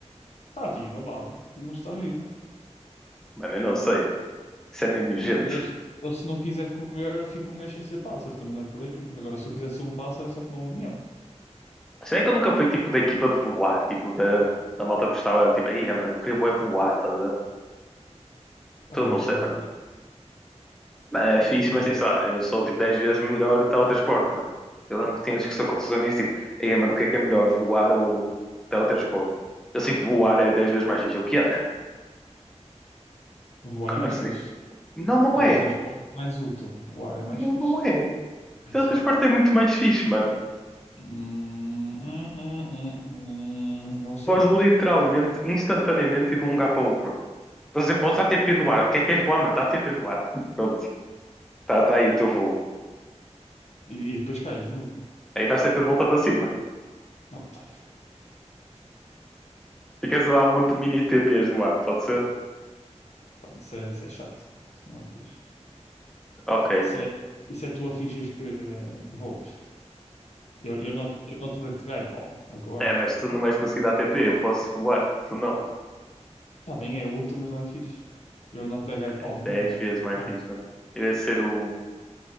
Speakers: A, on the left; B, in the centre.
A: Está viva, lavo. Mas está viva.
B: Mano, eu não sei. Isso é meio nojento.
A: Mano, eu, se eu se não quiser comer, eu fico um mês sem ser pássaro, também não é por aí. Agora, se eu quiser ser um pássaro, é só comer uma minhoca.
B: Será que eu nunca fui tipo da equipa de voar? Tipo, da, da malta que gostava, tipo, ei, mano, eu queria bué voar, tá? a ver?
A: Ah,
B: Então
A: eu
B: não
A: acho
B: sei,
A: que vai
B: mano.
A: dar fixe.
B: Mano, é fixe,
A: Eu,
B: mas sei lá, eu sou tipo 10 vezes melhor o teletransporte, mano. Eu lembro que tinha discussão com outros amigos, tipo, ei, mano, o que é que é melhor, voar ou teletransporte? Eu sei que voar é 10 vezes mais fixe. Eu, o que é? <laughs>
A: voar
B: Como
A: é mais
B: assim?
A: fixe.
B: Não, não
A: Teletransporte
B: é.
A: é mais útil. Voar é mais
B: Não,
A: fixe.
B: não é.
A: Ai,
B: Teletransporte
A: é.
B: é muito mais fixe, mano.
A: Hum, hum, hum, hum, hum. Não sei.
B: Podes literalmente, instantaneamente ir de um lugar para o outro, mano. Por exemplo, podes dar T p no ar. O que é que queres voar, mano? Dá TP no ar. Pronto, tá, tá aí o teu voo.
A: E, e depois cais de novo.
B: Aí dás TP de volta para cima.
A: Não, tá,
B: Ficas a dar um monte de mini T p's no ar, pode ser?
A: tá, isso é, isso é chato. Isso não é fixe.
B: Ok,
A: Isso é, isso é tu a fingires que, que voas. Eu, eu não, eu não te dei pau. É o que eu
B: É,
A: acho.
B: mas tu não vais conseguir dar TP, eu posso voar, tu não.
A: Tá bem, é útil, mas não é fixe. Eu não te dei pau
B: É 10
A: mesmo.
B: vezes
A: É o que
B: mais
A: eu acho.
B: fixe, mano. Eu ia ser o.